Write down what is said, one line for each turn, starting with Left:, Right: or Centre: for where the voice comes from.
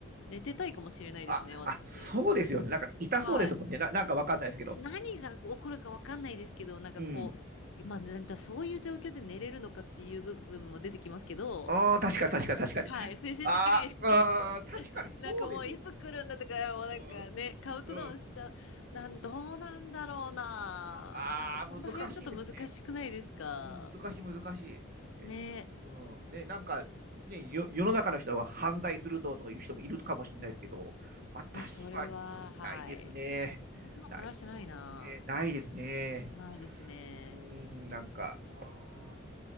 Left: 寝てたいかもしれないですね、
Right: あ、
Left: 私。
Right: あ、そうですよね。なんか痛そうですもんね。
Left: はい。
Right: な、なんかわかんないですけど。
Left: 何が起こるか分かんないですけど、なんかこう、
Right: うん。
Left: まあ、なんかそういう状況で寝れるのかっていう部分も出てきますけど、
Right: ああ、確かに確かに確かに。
Left: はい、精神的に
Right: あーあー、
Left: <laughs> どうしよう、
Right: 確かにそうですよね。
Left: なんかもういつ来るんだとか、もうなんかね、
Right: うん、
Left: カウントダウンしちゃう、
Right: うん、うん。
Left: なん、どうなんだろうな、
Right: ああー、
Left: その辺ちょっと難しくないですか。
Right: 難しいですね。うん難しい、難しい。え、
Left: ね、
Right: うん、ね、なんか、ね、よ、世の中の人は犯罪するぞとかいう人もいるかもしれないですけど、私は、
Left: いや、それは、
Right: うんないですね。
Left: はい。私もそれはしないな。
Right: ない、ね、ないですね。
Left: ないですね。
Right: うん、なんか、あー